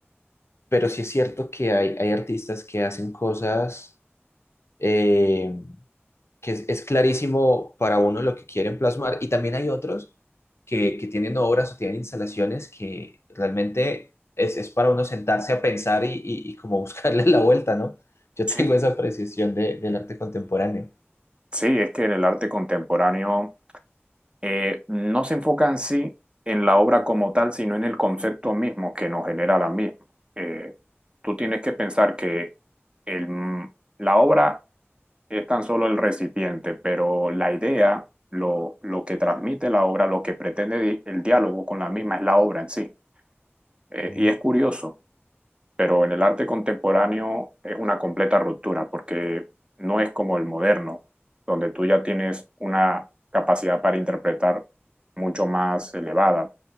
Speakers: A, on the left; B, on the right.
A: pero sí es cierto que hay, hay artistas que hacen cosas eh, que es, es clarísimo para uno lo que quieren plasmar, y también hay otros que, que tienen obras o tienen instalaciones que realmente es, es para uno sentarse a pensar y, y- y como buscarle <laughs> la vuelta, ¿no? Yo
B: Sí,
A: tengo esa apreciación de- del arte contemporáneo.
B: sí, es que el arte contemporáneo eh, no se enfoca en sí en la obra como tal, sino en el concepto mismo que nos genera la misma. Eh, tú tienes que pensar que el- mm, la obra es tan solo el recipiente, pero la idea, lo, lo que transmite la obra, lo que pretende di- el diálogo con la misma es la obra en sí. Eh,
A: Ujú.
B: y es curioso pero en el arte contemporáneo es una completa ruptura porque no es como el moderno, donde tú ya tienes una capacidad para interpretar mucho más elevada.